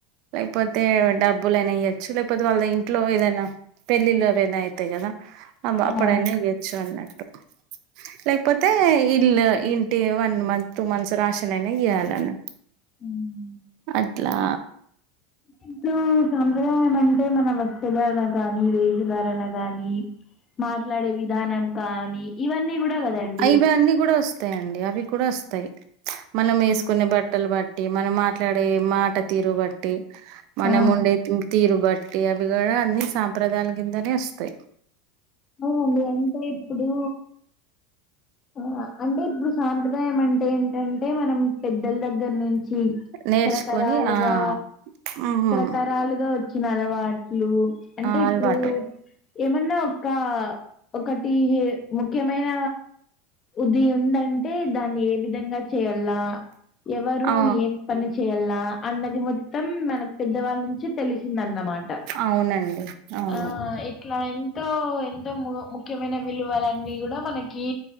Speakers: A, on the right; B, on the left.
A: లేకపోతే డబ్బులైనా ఇయొచ్చు లేకపోతే వాళ్ళ ఇంట్లో ఏదైనా పెళ్ళిళ్ళు ఏవైనా అవుతాయి కదా అవ్ అప్పుడైనా
B: ఆ
A: ఎవ్వోచ్చు అన్నట్టు లైక్ ఇల్లు ఇంటి one month two months ration అయినా ఇయ్యాలన్న
B: ఆ
A: అట్లా
B: ఇప్పుడు సాంప్రదాయం అంటే మన వస్త ధరణ గాని వేషధారణ గానీ మాట్లాడే విధానం కానీ ఇవన్నీ కూడా కదండి
A: అయివి అన్నీ కూడా వస్తాయిండి అవి కూడా వస్తాయి మనం
B: ఆ
A: వేసుకునే బట్టలు బట్టి మనం మాట్లాడే మాట తీరు బట్టి మనం
B: ఆ
A: ఉండే తీరు బట్ ట్టి అవి కూడా అన్ని సాంప్రదాయల కిందనే వస్తాయి
B: అవునండి అంతే ఇప్పుడు ఆ అంటే ఇప్పుడు సాంప్రదాయం అంటే ఏంటంటే మనం పెద్దల దగ్గర నుంచి చి
A: నేర్చుకొని
B: తరాతరాలుగా
A: ఆ హ్మ్
B: తరాతరాలుగా ఇచ్చినాలవాట్లు అంటే
A: ఆ
B: ఇప్పుడు
A: అలవాటు
B: ఏమన్నా ఒక ఒకటి ముఖ్యమైన ఉది ఉందంటే దాన్ని ఏ విధంగా చేయల్ల ఎవరు
A: ఆ
B: ఏం పని చేయాల్లా అన్నది మొత్తం మనకు పెద్దవాళ్ళ నుంచి తెలిసింద అన్న మాట
A: అవునండి అవును
B: ఆ ఇట్లా ఎంతో ఎంతో ము ముఖ్యమైన విలువలున్నీ కూడా మనకి